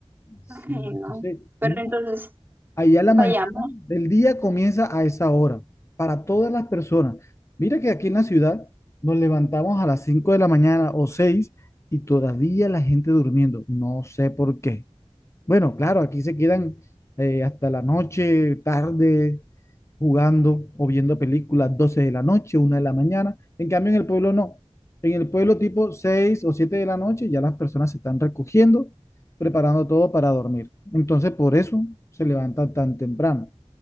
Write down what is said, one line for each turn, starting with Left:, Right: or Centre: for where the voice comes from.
Left: sí,
Right: Ay, no.
Left: entonces,
Right: Pero
Left: uno,
Right: entonces,
Left: allá la
Right: vayamos.
Left: mañana del día comienza a esa hora, para todas las personas. Mira que aquí en la ciudad nos levantamos a las 5 de la mañana o 6 y todavía la gente durmiendo, no sé por qué. Bueno, claro, aquí se quedan eh, hasta la noche, tarde, jugando o viendo películas 12 de la noche, una de la mañana. En cambio, en el pueblo no. En el pueblo tipo 6 o 7 de la noche ya las personas se están recogiendo, preparando todo para dormir. Entonces, por eso se levantan tan temprano.